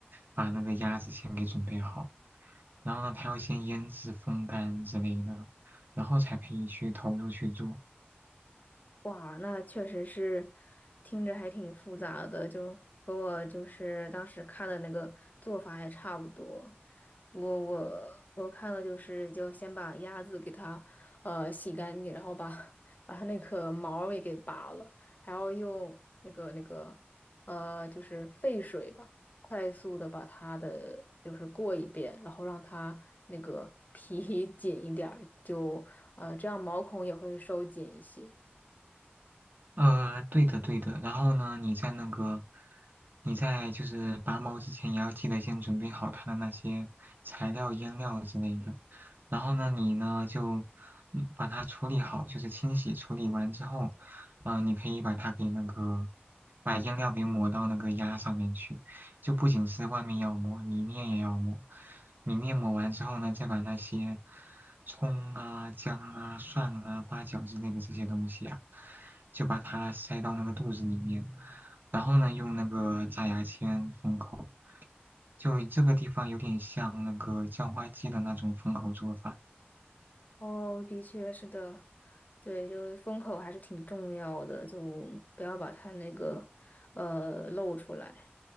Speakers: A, on the right; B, on the left.
A: 把那个鸭子先给准备好，然后呢，它要先腌制、风干之类的，然后才可以去投入去做。
B: 哇，那确实是听着还挺复杂的，就和我就是当时看的那个做法还差不多。我我我看了就是就先把鸭子给它呃洗干净，然后把把它那个毛儿也给拔了，还要用那个那个呃就是沸水吧，快速的把它的就是过一遍，然后让它那个皮 <laughs> 紧一点儿，就呃这样毛孔也会收紧一些。
A: 呃，对的，对的。然后呢，你在那个，你在就是拔毛之前，也要记得先准备好它的那些材料、腌料之类的。然后呢，你呢就嗯把它处理好，就是清洗处理完之后，嗯，你可以把它给那个，把腌料给抹到那个鸭上面去，就不仅是外面要抹，里面也要抹。里面抹完之后呢，再把那些葱啊、姜啊、蒜啊、八角之类的这些东西啊。就把它塞到那个肚子里面，然后呢，用那个扎牙签封口，就这个地方有点像那个叫花鸡的那种封口做法。
B: 哦，的确是的，对，就是风口还是挺重要的，就不要把它那个呃露出来。